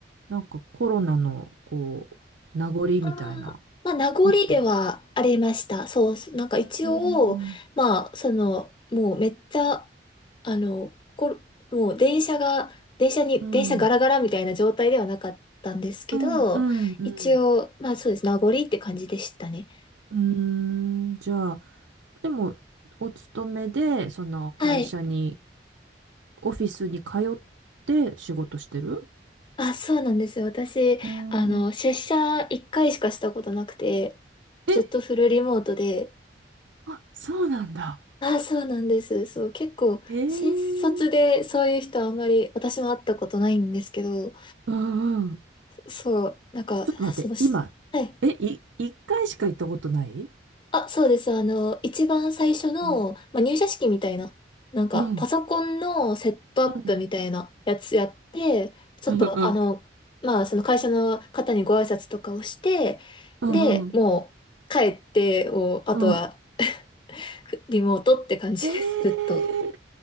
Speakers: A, on the right; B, on the left.
A: なんかコロナの、こう、名残みたいな、
B: あー、まあ、名残ではありました。
A: あったの
B: そう、なんか一応、
A: うーん、
B: まあ、その、もうめっちゃ、あの、こもう電車が、電車に、
A: うん、
B: 電車ガラガラみたいな状態ではなかったんですけど、
A: うん、うん、うん。
B: 一応、まあそうです。名残って感じでしたね。
A: うーん、じゃあ、でも、お勤めで、その会社に
B: はい。
A: オフィスに通って仕事してる
B: あ、そうなんですよ。私、
A: うー
B: あの、
A: ん。
B: 出社一回しかしたことなくて、ずっとフルリモートで、
A: え、あ、そうなんだ。
B: あ、そうなんです。そう、結構、
A: へえ。
B: 新卒でそういう人あんまり私も会ったことないんですけど、
A: うんうん。ち
B: そう、なんか、
A: ょっと待って、
B: その、しはい
A: 今、え、い、一回しか行ったことない
B: あ、そうです。あの、一番最初の、
A: うん。
B: まあ、入社式みたいな、なんか、
A: うん。
B: パソコンのセットアップみたいなやつやって、
A: うん。
B: ちょっと、
A: うんうん。
B: あの、まあ、その会社の方にご挨拶とかをして、
A: うん
B: で、もう、帰ってを、あとは、
A: うん。
B: ふリモートって感じです、
A: へ
B: ずっと。
A: え。